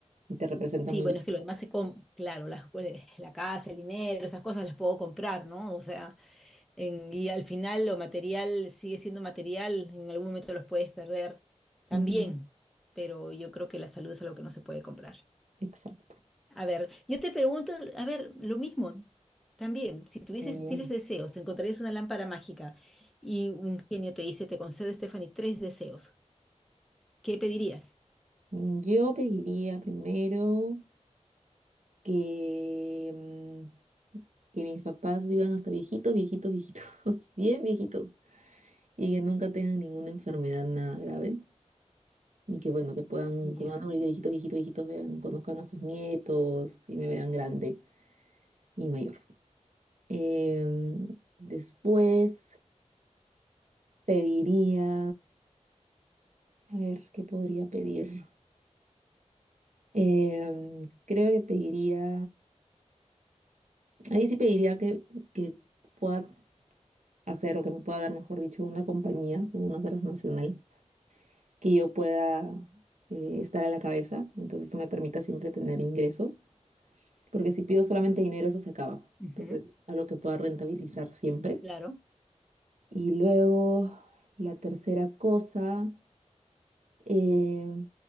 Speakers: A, on the right; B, in the centre.
A: y te representa
B: Sí,
A: muy
B: bueno,
A: bien.
B: es que lo demás se compra, claro, las, eh, la casa, el dinero, esas cosas las puedo comprar, ¿no? O sea, en- y al final lo material sigue siendo material, en algún momento los puedes perder también,
A: Ujú.
B: pero yo creo que la salud es algo que no se puede comprar.
A: Exacto.
B: A ver, yo te pregunto, a ver, lo mismo también, si tuvieses
A: Muy bien.
B: tres deseos, te encontrarías una lámpara mágica y un genio te dice, te concedo, Stephanie, tres deseos, ¿qué pedirías?
A: Mm, Yo pediría primero que, mm, que mis papás vivan hasta viejitos, viejitos, viejitos, <laughs> bien viejitos, y que nunca tengan ninguna enfermedad, nada grave. Y que bueno, que puedan,
B: Ya.
A: como van a morir de viejitos, viejitos, viejitos, vean, conozcan a sus nietos y me vean grande y mayor. Em, después pediría, a ver, ¿qué podría pedir? Em, creo que pediría, ahí sí pediría que, que pueda hacer o que me pueda dar, mejor dicho, una compañía, una transnacional, que yo pueda eh, estar a la cabeza. Entonces eso me permita siempre tener ingresos. porque si pido solamente dinero, eso se acaba.
B: Ujú,
A: Entonces, algo que pueda rentabilizar siempre.
B: Claro,
A: Y luego, la tercera cosa, eh,